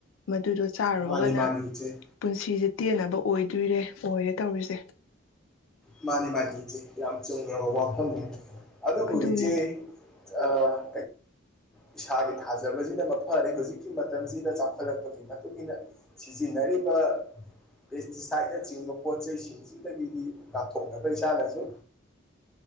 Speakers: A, on the left; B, in the centre.
A: ꯃꯗꯨꯗꯣ ꯆꯥꯔꯨꯔꯒꯅ
B: ꯃꯥꯅꯤ ꯃꯥꯅꯤ ꯏꯆꯦ
A: ꯄꯨꯟꯁꯤꯁꯦ ꯇꯦꯟꯅꯕ ꯑꯣꯏꯗꯣꯏꯔꯦ ꯑꯣꯏꯔꯦ ꯇꯧꯔꯤꯁꯦ
B: ꯃꯥꯅꯤ ꯃꯥꯅꯤ ꯏꯆꯦ ꯌꯥꯝ ꯆꯨꯝꯒ꯭ꯔꯕ ꯋꯥꯐꯝꯅꯤ ꯑꯗꯨꯕꯨ
A: ꯑꯗꯨꯅꯦ
B: ꯏꯆꯦ ꯑꯥ ꯏꯁꯥꯒꯤ ꯊꯥꯖꯕꯁꯤꯅ ꯃꯐꯔꯦ ꯍꯧꯖꯤꯛꯀꯤ ꯃꯇꯝꯁꯤꯗ ꯆꯥꯛ ꯍꯠꯂꯛꯄꯒꯤ ꯃꯇꯨꯡꯏꯟꯅ ꯁꯤꯖꯤꯟꯅꯔꯤꯕ ꯄꯦꯁꯇꯤꯁꯥꯏꯠꯅꯆꯤꯡꯕ ꯄꯣꯠ ꯆꯩꯁꯤꯡꯁꯤꯗꯒꯤꯗꯤ ꯉꯥꯛꯊꯣꯛꯅꯕ ꯏꯁꯥꯅꯁꯨ